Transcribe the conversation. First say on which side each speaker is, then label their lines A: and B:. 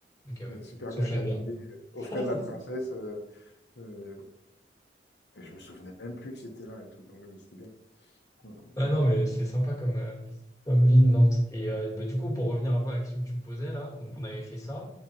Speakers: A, on the left (about 20°); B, on the left (about 65°).
A: Ok, ouais.
B: Heu, super
A: S'enchaîne
B: bien calculé,
A: bien.
B: heu,
A: <laughs>
B: aux frais de la princesse, heu heu, et je me souvenais même plus que c'était là et tout, donc mais c'était bien. Mmh
A: Ah non, mais c'est sympa comme, euh, comme ville, Nantes. Et euh, bah, du coup, pour revenir un peu à la question que tu me posais là, donc on avait fait ça.